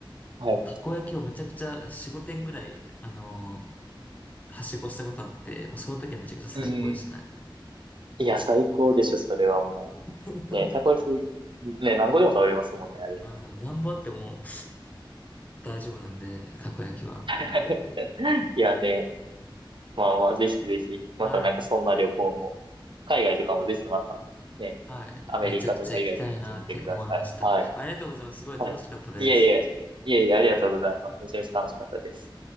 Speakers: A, on the right; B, on the left.
A: はい。
B: もうたこ焼きをめちゃくちゃ4、5点ぐらい、あのーはしごしたことあって、もうその時はめちゃくちゃ最高でしたね。
A: うん。いや、最高でしょ、それはも
B: <laughs>
A: う。ね、たこ焼き、ね、何個でも食べれますもんね、あれ。
B: あー、もうなんぼあっても大丈夫なんで、たこ焼きは。
A: <laughs> いやね、まあまあ、ぜひぜひ、またなんかそんな旅行も、
B: はい。
A: 海外とかもぜひまた、ね、
B: はい。
A: アメリカとか以外にも行ってみてください。
B: めちゃくちゃ行きたいなって思いました。
A: はい。
B: ありがとうございます。すごい楽しかったです。
A: はい。いえいえ、いえいえ、ありがとうございます。めちゃめちゃ楽しかったです。